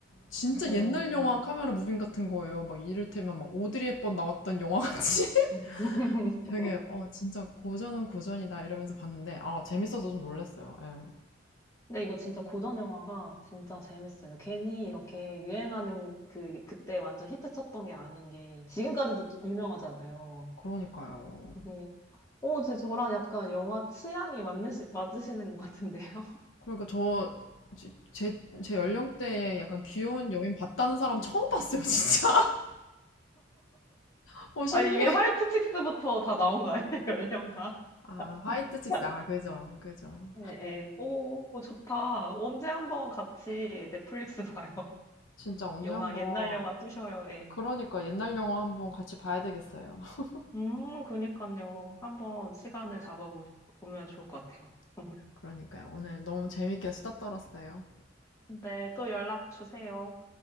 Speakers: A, on the left; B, on the left.
A: 진짜
B: 음.
A: 옛날 영화 카메라 무빙 같은 거예요. 막 이를테면 막 오드리 헵번 나왔던 영화 같이
B: <laughs>
A: <laughs> 되게 어 진짜 고전은 고전이다 이러면서 봤는데 아 재밌어서 좀 놀랐어요. 예.
B: 근데 이거 진짜 고전 영화가 진짜 재밌어요. 괜히 이렇게 유행하는 그, 그때 완전 히트 쳤던 게 아닌 게 지금까지도 유명하잖아요.
A: 그러니까요.
B: 되게 오, 제 저랑 약간 영화 취향이 맞으시, 맞으시는 것 같은데요. <laughs>
A: 그러니까 저, 제, 제, 제 연령대에 약간 귀여운 여인 봤다는 사람 처음 봤어요, 진짜. <laughs> 어, 신기해.
B: 아니, 이미 화이트 칙스부터 다 나온 거 아니에요? <laughs> 연령 다.
A: 아, 화이트 칙스.
B: <laughs>
A: 아, 그죠, 그죠.
B: 네, 네. 오, 오, 좋다. 언제 한번 같이 넷플릭스 봐요. <laughs>
A: 진짜 언제
B: 영화,
A: 한번,
B: 옛날 영화 뿌셔요. 예.
A: 그러니까 옛날 영화 한번 같이 봐야 되겠어요. <laughs>
B: 음, 그니까요. 한번 시간을 잡아보면 좋을 것 같아요. <laughs>
A: 그러니까요. 오늘 너무 재밌게 수다 떨었어요.
B: 네, 또 연락 주세요.